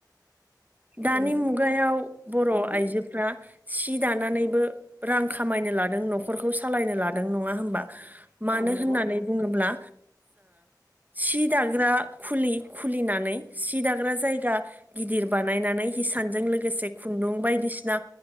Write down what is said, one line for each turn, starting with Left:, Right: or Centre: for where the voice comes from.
Right: दानि
Left: जोङो
Right: मुगायाव बर'
Left: औ
Right: आइजोफ्रा सि दानानैबो रां खामायनो लादों न'खरखौ सालायनो लादों नङा होमबा मानो
Left: औ नंगौ
Right: होननानै बुङोब्ला सि दाग्रा खुलि खुलिनानै सि दाग्रा जायगा गिदिर बानायनानै हिसानजों लोगोसे खुन्दुं बायदिसिना